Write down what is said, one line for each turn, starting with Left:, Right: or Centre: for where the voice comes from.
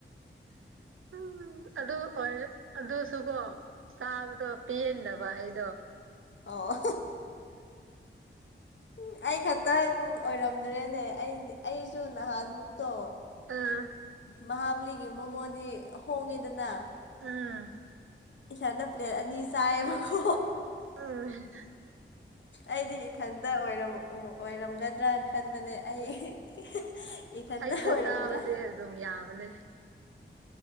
Right: ꯎ ꯎꯝ ꯑꯗꯨ ꯑꯣꯏꯔ ꯑꯗꯨꯁꯨꯀꯣ ꯆꯥꯕꯗꯣ ꯄꯦꯟꯗꯕ ꯑꯩꯗꯣ
Left: ꯑꯣ ꯎ ꯑꯩ ꯈꯇꯪ ꯑꯣꯏꯔꯝꯗ꯭ꯔꯦꯅꯦ ꯑꯩ ꯑꯩꯁꯨ ꯅꯍꯥꯟꯃꯨꯛ ꯇꯣ
Right: ꯑꯥ
Left: ꯃꯍꯥꯕꯂꯤꯒꯤ ꯃꯣꯃꯣꯗꯤ ꯍꯣꯡꯉꯦꯗꯅ
Right: ꯑꯪ
Left: ꯏꯊꯥꯟꯗ ꯄ꯭ꯂꯦꯠ ꯑꯅꯤ ꯆꯥꯏꯌꯦꯕꯀꯣ
Right: ꯑꯪ
Left: ꯑꯩꯗꯤ ꯏꯊꯟꯇ ꯑꯣꯏꯔꯝꯒꯗ꯭ꯔꯥꯅ ꯈꯟꯕꯅꯦ ꯑꯩ ꯏꯊꯟꯇ
Right: ꯑꯩꯁꯨ
Left: ꯑꯣꯏꯔꯝꯗ꯭ꯔꯦ
Right: ꯆꯕꯁꯦ ꯑꯗꯨꯝ ꯌꯥꯕꯅꯦ